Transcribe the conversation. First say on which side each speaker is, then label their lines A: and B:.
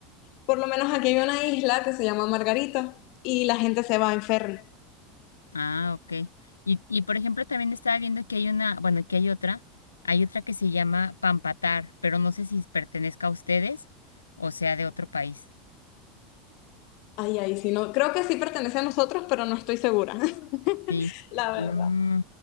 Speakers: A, on the left (about 55°); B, on the left (about 80°).
A: por lo menos aquí hay una isla que se llama Margarita y la gente se va en ferry.
B: Ah, ok. Y, y por ejemplo, también estaba viendo que hay una, bueno, que hay otra, hay otra que se llama Pampatar, pero no sé si pertenezca a ustedes o sea de otro país.
A: Ay, ay, sí, no. Creo que sí pertenece a nosotros, pero no estoy segura, <laughs>
B: Sí.
A: la verdad.
B: Mm,